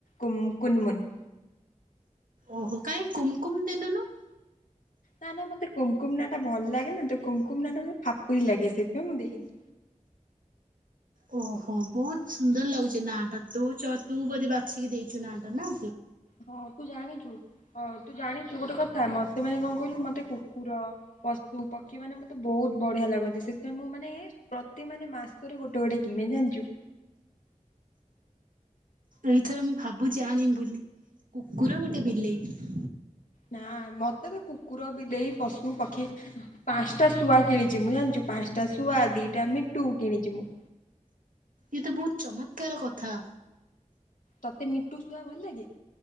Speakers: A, on the left (about 75°); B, on the right (about 90°).
A: କୁମ୍ କୁନ୍ ମୁନ୍।
B: ଓହୋ କାଇଁ କୁମକୁୁମ ଦେଲୁନୁ?
A: ନା ନା ମତେ କୁମ୍ କୁମ୍ ନାଁ ଟା ଭଲ ଲାଗେ ନା ତ କୁମ୍ କୁମ୍ ନାଁ ଟା ମତେ ଫାପୁରି ଲାଗେ ସେଥିପାଇଁ ମୁଁ ଦେଇନି।
B: ଓ ହୋ ବହୁତ ସୁନ୍ଦର ଲାଗୁଚେ ନାଁ ଟା। ତୋ ଚଏସ୍ ତୁ ବୋଧେ ବାଛିକି ଦେଇଚୁ ନାଁ ଟା ନା?
A: ହଁ ତୁ ଜାଣିଚୁ ଅ ତୁ ଜାଣିଚୁ ଗୋଟେ କଥା ମତେ ମାନେ କଣ କହିଲୁ ମତେ କୁକୁର ପଶୁ ପକ୍ଷୀ ମାନେ ମତେ ବହୁତ୍ ବଢିଆ ଲାଗନ୍ତି ସେଥିପାଇଁ ମୁଁ ମାନେ ପ୍ରତି ମାନେ ମାସରେ ଗୋଟେ ଗୋଟେ କିଣେ ଜାଣିଚୁ।
B: ଏଇ ଥର ମୁଁ ଭାବୁଚି ଆଣିମି ବୋଲି କୁକୁର ଗୋଟେ ବିଲେଇ।
A: ନା ମତେ ତ କୁକୁର ବିଲେଇ ପଶୁ ପକ୍ଷୀ ପାଞ୍ଚ ଟା ଶୁଆ କିଣିଛି ମୁଁ ଜାଣିଛୁ ପାଞ୍ଚଟା ଶୁଆ ଦିଟା ମିଟୁ କିଣିଛି ମୁଁ
B: ଇଏ ତ ବହୁତ ଚମତ୍କାର କଥା
A: ତତେ ମିଟୁ ଶୁଆ ଭଲ ଲାଗେ?